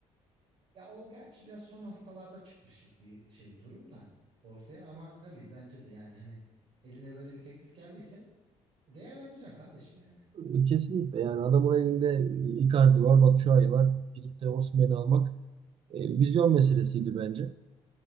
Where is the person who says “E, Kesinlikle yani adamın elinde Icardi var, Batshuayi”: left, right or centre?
Right